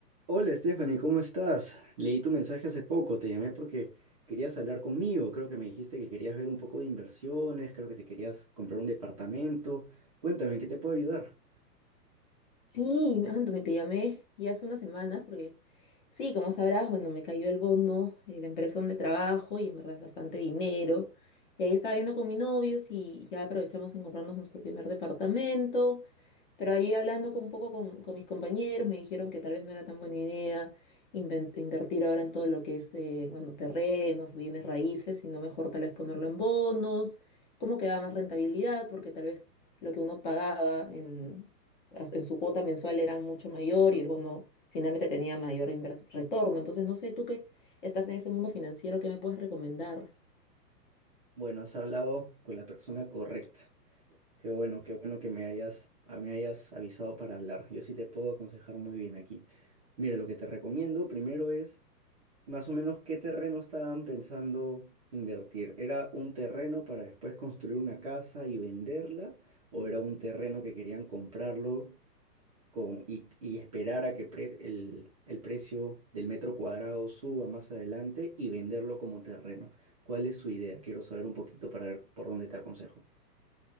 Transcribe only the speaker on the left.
Sí, Anthony, te llamé ya hace unas semanas porque, sí, como sabrás, bueno, me cayó el bono de la empresa donde trabajo y en verdad es bastante dinero. Y ahí estaba viendo con mi novio si ya aprovechamos en comprarnos nuestro primer departamento. Pero ahí hablando con- un poco con, con mis compañeros, me dijeron que tal vez no era tan buena idea inven- invertir ahora en todo lo que es, eh, bueno, terrenos, bienes raíces, sino mejor tal vez ponerlo en bonos, cómo quedaba más rentabilidad, porque tal vez lo que uno pagaba en, as- en su cuota mensual era mucho mayor y el bono finalmente tenía mayor inver- retorno. Entonces, no sé, tú que estás en ese mundo financiero, ¿qué me puedes recomendar?